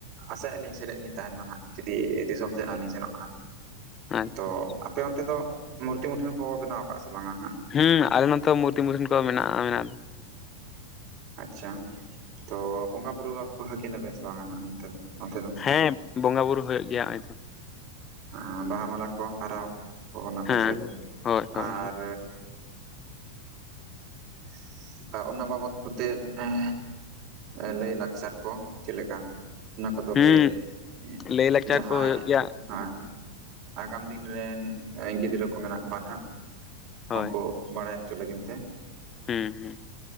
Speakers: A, on the right (about 45°); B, on the left (about 25°).
A: ᱟᱥᱟᱭᱮᱜᱼᱟ, ᱞᱤᱧ ᱥᱮᱞᱮᱫ ᱞᱤᱧ ᱛᱟᱦᱮᱸᱱ ᱢᱟ ᱱᱷᱟᱸᱜ ᱡᱩᱫᱤ ᱫᱤᱥᱚᱢ ᱥᱮᱫ ᱞᱤᱧ ᱥᱮᱱᱚᱜ ᱠᱷᱟᱱ᱾
B: ᱟᱪᱪᱷᱟ
A: ᱛᱚ ᱟᱯᱮ ᱚᱱᱛᱮ ᱫᱚᱜ ᱢᱩᱨᱛᱤ ᱢᱩᱴᱷᱟᱹᱱ ᱠᱚ ᱵᱮᱱᱟᱣ ᱟᱠᱟᱼᱟ ᱥᱮ ᱵᱟᱝᱼᱟ ᱦᱟᱸᱜ?
B: ᱦᱩᱸ ᱟᱞᱮ ᱱᱚᱛᱮ ᱫᱚ ᱢᱩᱨᱛᱤ ᱢᱩᱴᱷᱟᱹᱱ ᱠᱚ ᱢᱮᱱᱟᱜᱼᱟ ᱢᱮᱱᱟᱜ ᱫᱚ᱾
A: ᱟᱪᱪᱷᱟ ᱛᱚ ᱵᱚᱸᱜᱟ ᱵᱩᱨᱩ ᱟᱠᱚ ᱦᱟᱹᱠᱤᱱᱟᱯᱮ ᱥᱮ ᱵᱟᱝᱼᱟ, ᱚᱸᱛᱮ ᱫᱚ ᱚᱱᱛᱮ ᱫᱚ?
B: ᱦᱮᱸᱻᱯ ᱵᱚᱸᱜᱟ ᱵᱩᱨᱩ ᱦᱩᱭᱩᱜ ᱜᱮᱭᱟ ᱱᱚᱜᱼᱚᱭ ᱛᱚ᱾
A: ᱟᱸ ᱵᱟᱦᱟ ᱢᱟᱞᱟ ᱠᱚ ᱟᱨᱟᱣ ᱠᱚ ᱚᱱᱟ ᱠᱚ
B: ᱦᱮᱸ
A: ᱥᱮᱫ
B: ᱦᱳᱭ ᱦᱳᱭ
A: ᱟᱻᱨ, <inaudible> ᱟ ᱚᱱᱟ ᱵᱟᱵᱚᱛ ᱠᱚᱛᱮᱫ ᱮᱸ ᱮᱸ ᱞᱟᱹᱭ ᱞᱟᱠᱪᱟᱨ ᱠᱚ ᱪᱮᱫ ᱞᱮᱠᱟ? ᱚᱱᱟ ᱠᱚᱫᱚ
B: ᱦᱩᱸ
A: ᱯᱮᱜ ᱮᱸ
B: ᱞᱟᱹᱭᱼᱞᱟᱠᱪᱟᱨ
A: ᱡᱟᱦᱟᱸᱭ
B: ᱠᱚ ᱦᱩᱭᱩᱜ ᱜᱮᱭᱟ
A: ᱟᱸ, ᱟᱜᱟᱢ ᱫᱤᱱ ᱨᱮᱱ ᱮᱸ ᱜᱤᱫᱽᱨᱟᱹ ᱠᱚ ᱢᱮᱱᱟᱜ ᱠᱚᱣᱟ ᱱᱟᱦᱟᱸᱜ,
B: ᱦᱳᱭ
A: ᱩᱸᱠᱩ ᱵᱟᱲᱟᱭ ᱪᱚ ᱞᱟᱹᱜᱤᱱ ᱛᱮ,
B: ᱦᱩᱸ ᱦᱩᱸ᱾